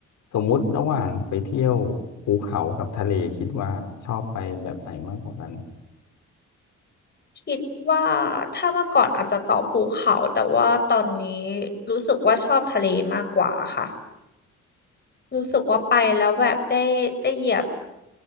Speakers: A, on the left (about 70°); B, on the left (about 35°).
A: สมมุติระหว่างไปเที่ยวภูเขากับทะเลคิดว่าชอบไปแบบไหนมากกว่ากัน
B: คิดว่าถ้าเมื่อก่อนอาจจะต่อบภูเขาแต่ว่าตอนนี้รู้สึกว่าชอบทะเลมากกว่าค่ะ รู้สึกว่าไปแล้วแบบได้ได้เหยียบ